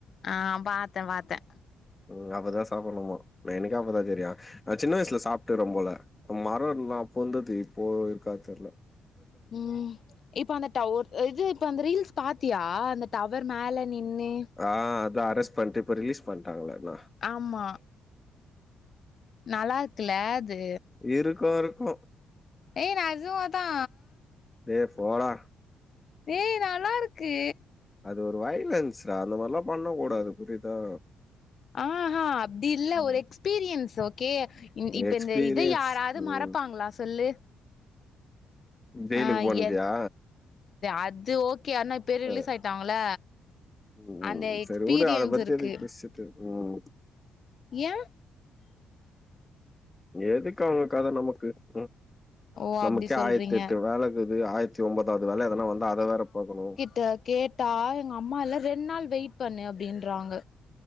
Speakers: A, on the left; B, on the left.
A: ஆ பாத்தே பாத்தே
B: உம் அப்பதா சாப்பிடணுமா எனக்கே அப்பதா தெரியு நா சின்ன வயசுல சாப்பிட்டுடறன் போல மரோ இருந்தது அப்போ இருந்தது இப்போ இருக்கா தெரில
A: உம் இப்ப அந்த டவர் இது இப்போ அந்த ரீல்ஸ் பாத்தியா அந்த டவர் மேலே நின்னு
B: ஆ அதா அரஸ் பண்ட்டு இப்ப ரிலீஸ் பண்ணிட்டாங்களே அதா
A: ஆமா நல்லா இருக்குல அது
B: இருக்கு இருக்கு
A: ஏ நெஜமாதா
B: டேய் போடா
A: ஏ நல்லா இருக்கு
B: அது ஒரு வைலன்ஸ் அந்த மாரிலா பண்ண கூடாது புரியுதா
A: ஆ ஆ அப்படி இல்ல
B: ம்
A: ஒரு எக்ஸ்பீரியன்ஸ் ஓக்கே இப்ப
B: எக்ஸ்பீரியன்ஸ்
A: இந்த இதை யாராவது
B: ம்
A: மறப்பாங்களா சொல்லு
B: ஜெயிலுக்கு
A: ஆ
B: போனதியா
A: ய அது ஓ கி அண்ணா இப்பரு
B: அ
A: ரிலீஸ் ஆயிட்டாங்கள
B: ம்
A: அந்த
B: ம்
A: எக்ஸ்பீரியன்ஸ்
B: சரி வுடு அத பத்தி
A: இருக்கு
B: <unintelligible>
A: ஏ
B: எதுக்கு அவங்க கத நமக்கு உம்
A: ஓ
B: நமக்கே
A: அப்டி சொல்றீங்க
B: ஆயிரத்தி எட்டு வேலையிக்குது ஆயிரத்தி ஒன்பதாவது வேல எதனா வந்தா அத வேற பாக்கணு
A: டா கே ட்டா எங்க அம்மா எல்லா ரெண்டு நாள் வெயிட் பண்ணு அப்டின்றாங்க